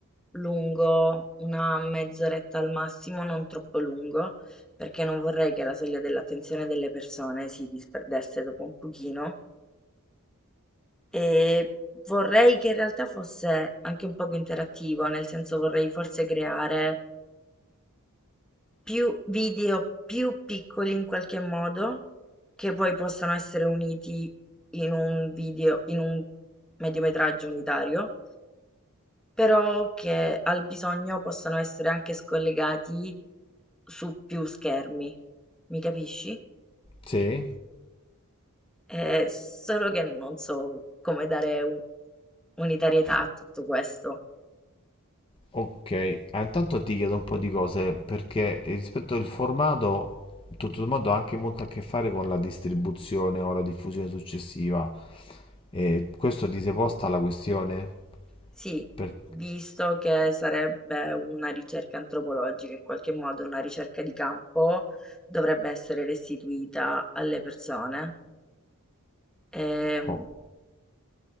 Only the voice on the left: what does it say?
Sì.
Ok, ah, intanto ti chiedo un po' di cose perché rispetto al formato, tutto sommato ha anche molto a che fare con la distribuzione o la diffusione successiva. E questo ti sei posta la questione?
Per-
oh,